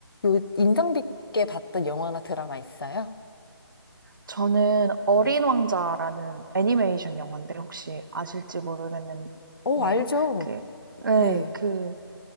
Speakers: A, on the left (about 60°); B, on the right (about 50°).
A: 요 인상 깊게 봤던 영화나 드라마 있어요?
B: 저는 어린
A: 네.
B: 왕자라는 애니메이션 영화인데 혹시 아실지 모르겠네요.
A: 어, 알죠.
B: 그, 네,
A: 네.
B: 그